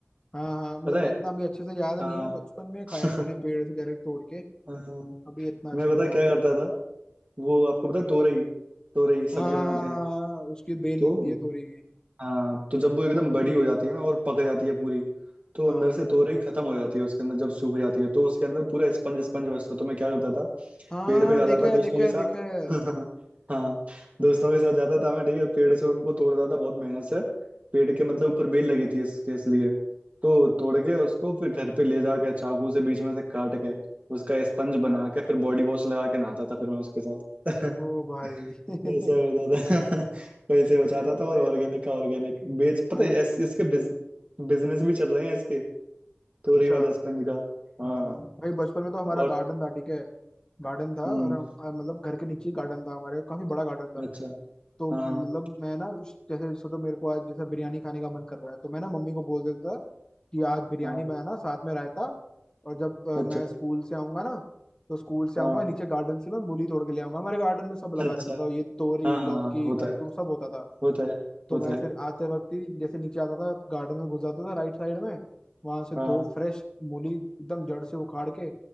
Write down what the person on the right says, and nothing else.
पता
है
हाँ
<laughs>
हाँ,
मैं पता
है
क्या करता
था वो आपको पता है तोरई तोरई
सब्जी
बनाते हैं
तो
हाँ तो जब वो एकदम बड़ी हो जाती है ना और पक जाती है पूरी तो
अंदर से तोरई खत्म हो जाती है उसके अंदर जब सूख जाती है तो उसके अंदर पूरा स्पंज स्पंज बचता है। तो मैं क्या करता था
पेड़ पे जाता
था दोस्तों
के
साथ
<laughs> हाँ दोस्तों के साथ जाता था मैं ठीक है पेड़ से उनको तोड़ता था बहुत मेहनत से पेड़ के मतलब ऊपर बेल लगी थी इसके इसलिए तो तोड़ के उसको फिर घर पे ले जाके चाकू से बीच में से काट के उसका स्पंज बना के फिर बॉडी वॉश लगा के नहाता था फिर मैं उसके साथ
<laughs>
ऐसा करता था <laughs> पैसे बचाता
था और ऑर्गेनिक का ऑर्गेनिक बेच पता
है इस, इसके बिज, बिजनेस भी चल रहे हैं इसके तोरई
वाला स्पंज का
हाँ
और
हम्म
अच्छा
हाँ
हाँ
हाँ
अच्छा
हाँ
अच्छा
हाँ
हाँ हाँ, होता
है
होता है
होता
है
हाँ